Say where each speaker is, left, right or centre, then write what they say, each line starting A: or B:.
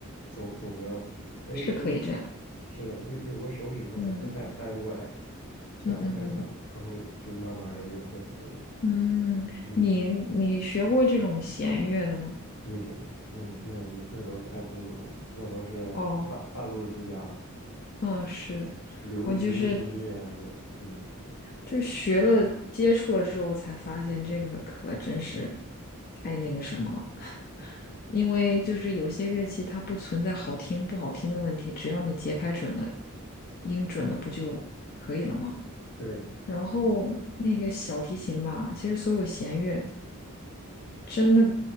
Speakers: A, on the left (about 85°); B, on the left (about 45°).
A: 走走个，哎，
B: 是可以这样。
A: 就是的，就有个手指头总是掰掰不过来，
B: 嗯
A: 想想想，
B: 嗯嗯嗯。
A: 然后就慢慢的就会好一点。
B: 嗯，
A: 嗯，
B: 你你学过这种弦乐的吗？
A: 没学过，那我那那那都太童子功了，我都是半半路出家，
B: 哦，嗯，是
A: 流流行音乐呀、
B: 我就是
A: 这种。嗯，
B: 就学了接触了之后才发现这个可真是太那个什么了，因为就是有些乐器它不存在好听不好听的问题，只要你节拍准了，音准了不就可以了吗？
A: 对，
B: 然后那个小提琴吧，其实所有弦乐真的